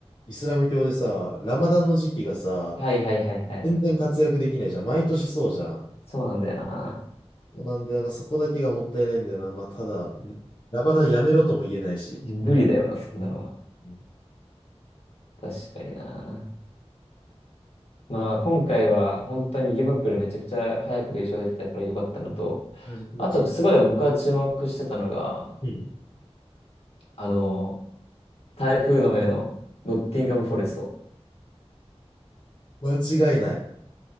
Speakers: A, on the left; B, on the left.
A: イスラム教でさ、ラマダンの時期がさ、
B: はいはいはいはい。
A: 全然活躍できないじゃん。毎年そうじゃん。
B: そうなんだよな。
A: そうなんだよな、そこだけがもったいないんだよな。まあ、ただ、ラマダンやめろとも言えないし。
B: 無理だよな、そんなのは。
A: うんめ
B: 確かにな。まあ、今回は本当にリバプールめちゃくちゃ早く優勝できたからよかったのと、
A: ちゃめちゃ気持ち
B: あと、すごい僕は注目してたのが、
A: いい。うん。
B: あの、台風の目のノッティンガム・フォレスト。
A: 間違いない。